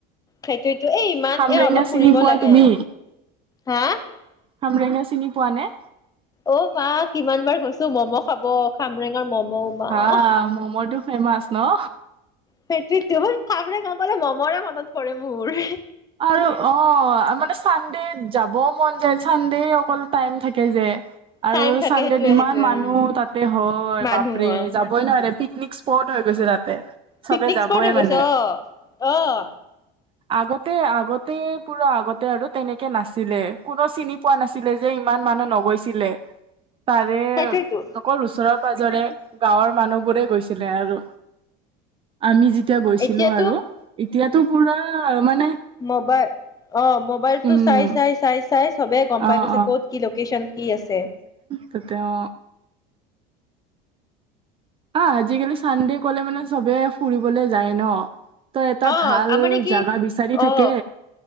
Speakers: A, on the left; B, on the right.
A: সেইটোৱেইতো এই ইমান
B: খামৰেঙা
A: অ' অলপ
B: চিনি
A: ফুৰিব
B: পোৱা
A: লাগে
B: তুমি
A: হা
B: খামৰেঙা চিনি পোৱা নে?
A: অহ মা কিমান বাৰ গৈছো ম'ম' খাব খামৰেঙৰ ম'ম মা
B: হা ম'মটো ফেমাছ ন'।
A: সেইটোৱেটো খামৰেনগা গ'লে ম'মলে মনত পৰে মোৰ।
B: আৰু অহ মানে চানডে যাব মন যায়, চানডে অকল টাইম থাকে যে। আৰু
A: টাইম থাকে
B: চানডেত
A: সেইটোয়ে
B: ইমান
A: সেইটোয়ে
B: মানুহ
A: উম
B: তাতে হয়
A: মানুহৰ
B: বাপৰে যাবই নোৱাৰে। পিকনিক স্পট হৈ গৈছে তাতে। চবে
A: পিকনিক
B: যাবই
A: স্পট হৈ
B: মানে
A: গৈছ, অহ, অহ।
B: আগত আগতে পুৰা আগতে আৰু তেনেকে নাছিলে কোনো চিনি পোৱা নাছিলে যে ইমান মানুহ নগৈছিলে। তাৰে
A: সেইটোয়েতো
B: অকল ওচৰত পাজৰে গাঁৱৰ মানুহ বোৰে গৈছিলে আৰু আমি যি এতিয়া গৈছিলো
A: এতিয়াতো
B: আৰু এতিয়াতো পুৰা মানে
A: মবা অহ মোবাইলটো
B: উম
A: চাই-চাই-চাই-চাই চবে গম
B: অ',
A: পাই গৈছে ক'ত কি লোকেচন কি আছে।
B: তেতিয়া আহ আজিকালি চানডে কলে মানে চবে ফুৰিবলে যায় ন'। তই এটা
A: অ
B: ভাল
A: আমাৰ মানে কি
B: জাগা বিচাৰি থাকে।
A: অ